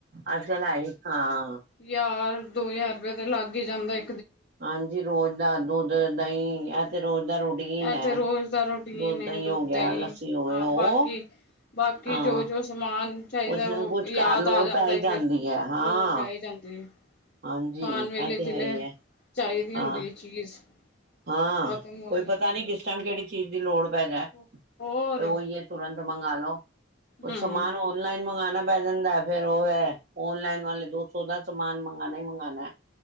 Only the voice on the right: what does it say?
ਅੱਜ-ਕੱਲ ਹੈ ਈ, ਹਾਂ।
ਹਾਂਜੀ, ਰੋਜ਼ ਦਾ ਦੁੱਧ, ਦਈ ਐ ਤੇ ਰੋਜ਼ ਦਾ ਰੋ ਟੀਨ
ਐ,
ਦੁੱਧ
ਦਈ ਹੋ ਗਿਆ,
ਲੱਸੀ ਹੋ
ਗੀ ਓ
ਹਾਂ,
ਕੁੱਛ ਨਾ
ਕੁਛ
ਘਰ ਲੋੜ
ਪੈ ਈ
ਜਾਂਦੀ
ਆ, ਹਾਂ।
ਹਾਂਜੀ
ਇਹ
ਤੇ
ਹੈ ਹੀ ਹੈ
ਹਾਂ
ਹਾਂ
ਕੋਈ
ਪਤਾ ਨੀ ਕਿਸ ਟਾਈਮ ਕੇੜੀ ਚੀਜ਼ ਦੀ ਲੋੜ ਪੈ ਜਾਏ
ਤੇ ਓਈ ਤੁਰੰਤ ਮੰਗਾ ਲੋ ਕੁਛ
ਸਮਾਨ ਔਲਾਈਨ ਮਂਗਾਣਾ ਪੈ ਜਾਂਦਾ ਐ ਫੇਰ ਓ ਹੈ ਔਨਲਾਈਨ ਵਾਲੇ ਦੋ ਸੌ ਦਾ ਸਮਾਨ ਮੰਗਾਣਾ ਈ ਮੰਗਾਣਾ।